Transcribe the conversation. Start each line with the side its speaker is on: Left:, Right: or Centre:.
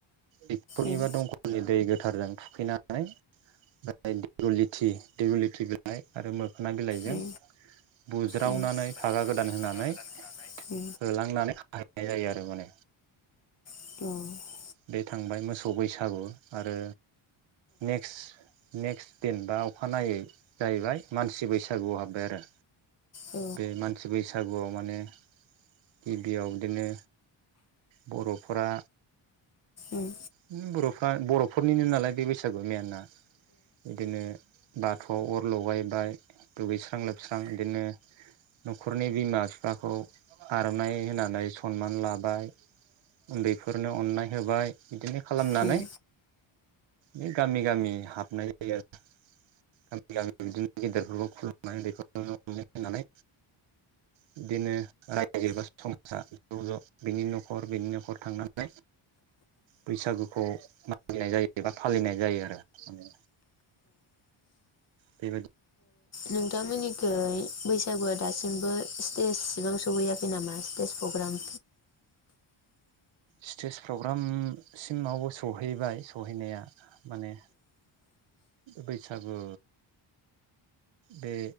Right: थिकलनि
Left: उम उम
Right: बा दंखलनि दै गो थारजों थुखैनानै ओमफाय दिगल लिथि दिगलिथि बिलाइ आरो मो मोखना बिलाइजों
Left: उम
Right: बुज्रावनानै
Left: उम औ
Right: फागा गोदान होनानै होलांनानै बाहायनाय जायो आरो माने
Left: औ
Right: बे थांबाय मोसौ बैसागु आरो नेक्सट नेक्स्ट देन बा अखानायै जाहैबाय मानसि बैसागुआव हाबबाय आरो।
Left: औ
Right: बे मानसि बैसाग बैसागुआव माने गिबियाव बिदिनो बर'फोरा
Left: उम
Right: उम बर'फोरा बर' फोरनिनो नालाय बे बैसागु मेयानआ बिदिनो बाथौआव अर लगायबाय दुगैस्रां लोबस्रां इदिनो न'खरनि बिमा बिफाखौ आर'नाइ होनानै सनमान लाबाय उन्दैफोरनो अन्नाय होबाय बिदिनो खालामनानै
Left: बिदि
Right: बे गामि गामि हाबनाय जायो। <unintelligible> गेदेरफोरखौ खुलुमनानै बेखौ होनो होनानै बिदिनो रायजो एबा समाजा ज' ज' बिनि न'खर बिनि न'खर थांनानै बैसागुखौ मागिनाय जायो एबा फालिनाय जायो आरो माने बेबायदि
Left: नोंथांमोननिखै बैसागुआ दासिमबो स्तेससिबां सौहैयाखै नामा? स्तेस प्रग्राम।
Right: स्टेज प्रग्रामसिमाव सहैबाय सहैनाया माने बैसागु बे